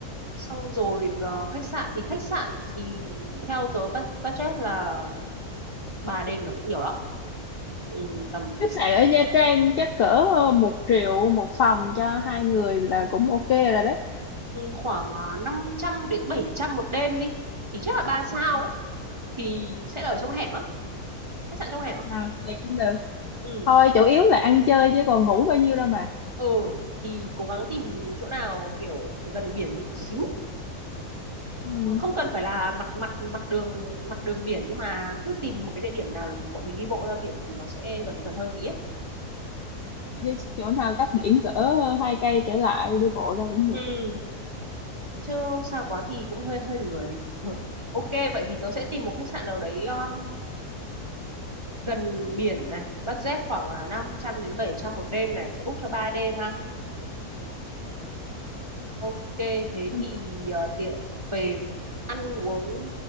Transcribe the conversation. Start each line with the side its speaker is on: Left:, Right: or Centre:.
Right: xong rồi ờ, khách sạn thì khách sạn thì theo tớ bu- budget là ba đêm là cũng nhiều lắm ừ, tầm
Left: khách sạn ở Nha Trang chắc cỡ ờ, một triệu một phòng cho hai người là cũng ok rồi đấy
Right: ừ, khoảng ờ, 500 đến 700 một đêm đi thì chắc là ba sao
Left: Ờ,
Right: á thì sẽ là ở trong hẻm á khách sạn trong hẻm á
Left: à, vậy cũng được
Right: ừ
Left: thôi chủ yếu là ăn chơi chứ còn ngủ bao nhiêu đâu mà
Right: ừ thì cố gắng tìm chỗ nào kiểu gần biển một xíu
Left: ừ.
Right: không cần phải là mặt mặt mặt đường mặt đường biển nhưng mà cứ tìm một cái địa điểm nào để kiểu bọn mình đi bộ ra biển thì nó sẽ gần gần hơn tí ấy
Left: đi chỗ nào cách biển cỡ ờ, hai cây trở lại đi bộ ra cũng được
Right: ừ chứ xa quá thì cũng hơi hơi lười <laughs> Ừ. ok vậy thì tớ sẽ tìm một khách sạn nào đấy um, gần biển này budget khoảng uh, 500 đến 700 một đêm này sẽ book cho 3 đêm ha Ok, thế
Left: ừ.
Right: thì ờ, tiện về ăn uống